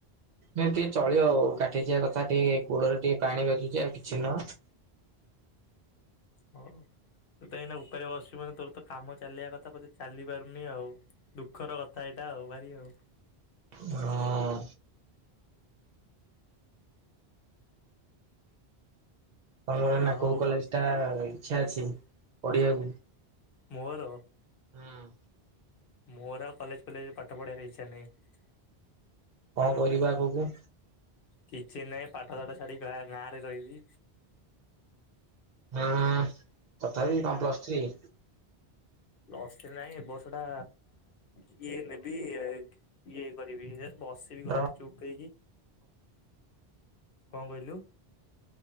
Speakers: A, on the right; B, on the left.
A: ଏତିିକେ ଚଳିବ ଆଉ କାଠେଇ ଯିବା କଥା ଟିକେ ଗୋଡରେ ଟିକେ ପାଣି ବାଜୁଛି ଆଉ କିଛି ନୁହଁ
B: ହଉ ତୁ ତ ଏଇନା ଉପରେ ବସି ଚୁ ମାନେ ତୋର ତ କାମ ଚାଲିବା କଥା ବତେ ଚାଲି ପାରୁନି ଆଉ ଦୁଃଖର କଥା ଏଇଟା ଆଉ ଭାରି ଆଉ
A: ହଁ ତମର ଏଇ ନା
B: ହଉ
A: କୋଉ କଲେଜ ଟା ଇଚ୍ଛା ଅଛି ପଢିବାକୁ
B: ମୋର
A: ହୁଁ
B: ମୋର ଆଉ କଲେଜ ଫଲେଜରେ ପାଠ ପଢ଼ିବାର ଇଛା ନାହିଁ
A: କଣ କରିବା ଆଗକୁ
B: କିଛି ନାହିଁ ପାଠ ଶାଠ ଛାଡି ଗାଁ ରେ ରହିବି
A: ହଁ ତଥାପି କଣ ପ୍ଲସ୍ ଥ୍ରୀ
B: ପ୍ଲସ୍ ଥ୍ରୀ ନାଇଁ ଏ ବର୍ଷଟା ଇଏ ନେବି ଇଏ କରିବି ବସିବି
A: ଡ୍ରପ୍
B: ଘରେ ଚୁପ୍ ହେଇକି କଣ କହିଲୁ